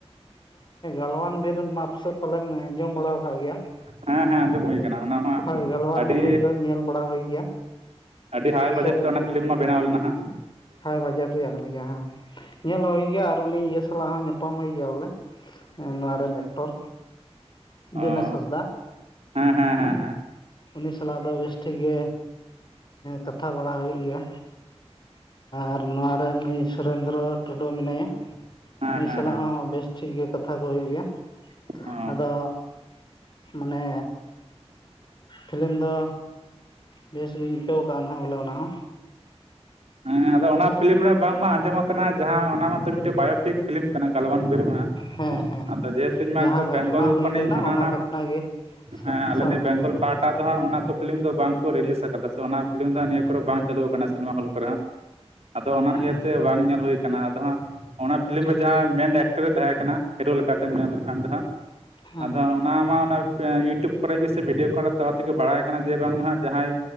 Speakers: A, on the left; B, on the right.
A: ᱯᱟᱞᱣᱟᱱ ᱵᱤᱨ ᱢᱟᱯ ᱥᱮᱫ ᱯᱟᱞᱮᱢ ᱟᱸᱡᱚᱢ ᱵᱟᱲᱟ ᱟᱠᱟᱫ ᱜᱮᱭᱟ᱾
B: ᱦᱮᱸ ᱦᱮᱸ ᱟᱸᱡᱚᱢ ᱦᱩᱭ ᱠᱟᱱᱟ ᱚᱱᱟ ᱢᱟ
A: ᱦᱳᱭ ᱜᱟᱞᱣᱟᱨ
B: ᱟᱹᱰᱤ
A: ᱵᱤᱨ ᱫᱚ ᱧᱮᱞ ᱵᱟᱲᱟ ᱦᱩᱭ ᱜᱮᱭᱟ
B: ᱟᱹᱰᱤ ᱦᱟᱭ ᱵᱟᱡᱮᱴ
A: ᱥᱮ
B: ᱛᱮ ᱚᱱᱟ ᱯᱷᱤᱞᱤᱢ ᱢᱟ ᱵᱮᱱᱟᱣ ᱞᱮᱱᱟ ᱦᱟᱜ᱾
A: ᱦᱟᱭ ᱵᱟᱡᱮᱴ ᱨᱮᱭᱟᱜ ᱠᱟᱱᱟ ᱜᱮᱭᱟ ᱦᱮᱸ ᱧᱮᱞ ᱦᱩᱭ ᱜᱮᱭᱟ ᱟᱨ ᱩᱱᱤ ᱤᱭᱟᱹ ᱥᱟᱞᱟᱜ ᱦᱚᱸ ᱧᱟᱯᱟᱢ ᱦᱩᱭ ᱜᱮᱭᱟ ᱵᱚᱞᱮᱼᱼ ᱱᱚᱣᱟ ᱨᱮᱱ ᱮᱠᱴᱚᱨ
B: ᱚ
A: ᱫᱤᱱᱮᱥᱦᱟᱸᱥ ᱫᱟ
B: ᱦᱮᱸ ᱦᱮᱸ ᱦᱮᱸ ᱦᱮᱸ
A: ᱩᱱᱤ ᱥᱟᱞᱟᱜ ᱫᱚ ᱵᱮᱥ ᱴᱷᱤᱠ ᱜᱮᱼᱼ ᱠᱟᱛᱷᱟ ᱵᱟᱲᱟ ᱦᱩᱭᱩᱜ ᱜᱮᱭᱟ ᱟᱨ ᱱᱚᱣᱟ ᱨᱮᱱᱼᱼ ᱥᱩᱨᱮᱱᱫᱨᱚ ᱴᱩᱰᱩ ᱢᱮᱱᱟᱭᱟ
B: ᱦᱮᱸ
A: ᱱᱩᱭ
B: ᱦᱮᱸ
A: ᱥᱟᱞᱟᱜ
B: ᱦᱮᱸ
A: ᱦᱚᱸ ᱵᱮᱥ ᱴᱷᱤᱠ ᱜᱮ ᱠᱟᱛᱷᱟ ᱠᱚ ᱦᱩᱭᱩᱜ ᱜᱮᱭᱟ
B: ᱚ
A: ᱟᱫᱚ ᱢᱟᱱᱮᱼᱼ ᱯᱷᱤᱞᱤᱢ ᱫᱚᱼᱼ ᱵᱮᱥᱜᱤᱧ ᱟᱹᱭᱠᱟᱹᱣ ᱟᱠᱟᱫᱼᱟ ᱱᱟᱦᱟᱜ ᱵᱚᱞᱮ ᱚᱱᱟ ᱦᱚᱸ
B: ᱦᱮᱸ ᱟᱫᱚ ᱚᱱᱟ ᱯᱷᱤᱞᱤᱢ ᱨᱮ ᱵᱟᱝᱢᱟ ᱟᱸᱡᱚᱢ ᱠᱟᱱᱟ ᱡᱟᱦᱟᱸ ᱚᱱᱟ ᱢᱟᱛᱚ ᱢᱤᱫᱴᱮᱱ ᱵᱟᱭᱳᱴᱤᱠᱼᱼ ᱯᱷᱤᱞᱤᱢ ᱠᱟᱱᱟ ᱜᱟᱞᱣᱟᱱ ᱵᱤᱨᱢ
A: ᱦᱮᱸ ᱦᱮᱸ
B: ᱟᱫᱚ ᱡᱮᱦᱮᱛᱩ ᱤᱧ ᱢᱟ
A: ᱡᱟᱦᱟᱸ
B: ᱱᱤᱛᱚᱜ
A: ᱜᱷᱚᱴᱚᱱᱟ
B: ᱵᱮᱝᱜᱚᱞ
A: ᱦᱩᱭ
B: ᱠᱷᱚᱱᱤᱧ
A: ᱞᱮᱱᱟ
B: ᱚᱱᱟᱼᱼ
A: ᱚᱱᱟ ᱜᱷᱚᱴᱚᱱᱟ ᱜᱮ ᱥᱟᱵ
B: ᱦᱮᱸ ᱟᱞᱮ
A: ᱥᱟᱵ
B: ᱱᱤᱭᱟᱹ
A: ᱠᱟᱛᱮᱫ
B: ᱵᱮᱝᱜᱚᱞ ᱯᱟᱦᱟᱴᱟᱼᱼ ᱦᱟᱸᱜ ᱚᱱᱟ ᱠᱚ ᱯᱷᱤᱞᱤᱢ ᱫᱚ ᱵᱟᱝ ᱠᱚ ᱨᱤᱞᱤᱡ ᱟᱠᱟᱫᱟ ᱥᱮ ᱚᱱᱟ ᱯᱷᱤᱞᱤᱢ ᱫᱚ ᱦᱜ ᱱᱤᱭᱟᱹ ᱠᱚᱨᱮ ᱵᱟᱝ ᱪᱟᱹᱞᱩ ᱟᱠᱟᱱᱟ ᱥᱤᱱᱮᱢᱟ ᱦᱚᱞ ᱠᱚᱼᱼ ᱠᱚᱨᱮ ᱟᱫᱚ ᱚᱱᱟ
A: ᱦᱮᱸ
B: ᱤᱭᱟᱹᱛᱮ ᱵᱟᱝ ᱧᱮᱞ ᱦᱩᱭ ᱠᱟᱱᱟ ᱟᱫᱚ ᱦᱟᱸᱜᱼᱼ ᱚᱱᱟ ᱯᱷᱤᱞᱤᱢ
A: ᱴᱷᱤᱠ
B: ᱨᱮ ᱡᱟᱦᱟᱸ ᱢᱮᱱ ᱮᱠᱴᱟᱨᱮ ᱛᱟᱦᱮᱸ ᱠᱟᱱᱟ ᱦᱤᱨᱳ ᱞᱮᱠᱟᱛᱮ ᱢᱮᱱ ᱞᱮᱠᱷᱟᱱ ᱫᱚ ᱦᱟᱸᱜᱼᱼ
A: ᱦᱮᱸ
B: ᱟᱫᱚ ᱚᱱᱟ ᱢᱟ ᱚᱱᱟ ᱤᱭᱩᱴᱩᱵᱽ ᱠᱚᱨᱮ ᱜᱮ ᱥᱮ ᱵᱷᱤᱰᱤᱭᱳ ᱠᱚᱨᱮ ᱛᱟᱞᱟ ᱛᱮᱜᱮ ᱵᱟᱲᱟᱭ ᱠᱟᱱᱟ ᱡᱮ ᱵᱟᱝᱢᱟ ᱡᱟᱦᱟᱸᱭ